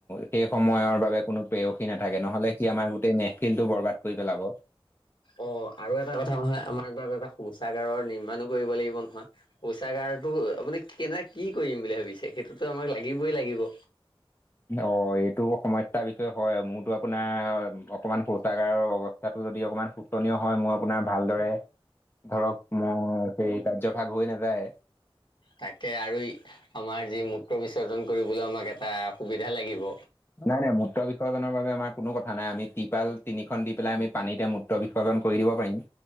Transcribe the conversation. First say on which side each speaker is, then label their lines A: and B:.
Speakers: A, on the left; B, on the left.
A: সেই সময়ৰ বাবে কোনো প্ৰেয়সী নাথাকে নহলে সি আমাৰ গোটেই নেপখিন টো বৰবাদ কৰি পেলাব।
B: অ আৰু এটা কথা নহয় আমাৰ তাত এটা শৌচাগাৰৰ নিৰ্মাণো কৰিব লাগিব নহয়। শৌচাগাৰতো আপুনি কেনে কি কৰিম বুলি ভাবিছে সেইটোতো আমাক লাগিবই লাগিব।
A: অ এইটো সমস্যাৰ বিষয়ে হয় মোৰতো আপোনাৰ অকমান শৌচাগাৰৰ অৱা কটো যদি অকমান শুতনীয় হয় মোৰ আপোনাৰ ভালদৰে। ধৰক মই সেই কাৰ্যভাগ হৈ নাযায়।
B: তাকে আৰু আমাৰ যি মূত্ৰ বিসৰ্জন কৰিবলৈ আমাক এটা সুবিধা লাগিব।
A: নাই নাই মূত্ৰ বিসৰ্জনৰ বাবে আমাৰ কোনো কথা নাই আমি তিপাল তিনিখন দি পেলাই আমি পানীতে ম মূত বিসৰ্জন কৰি দিব পাৰিম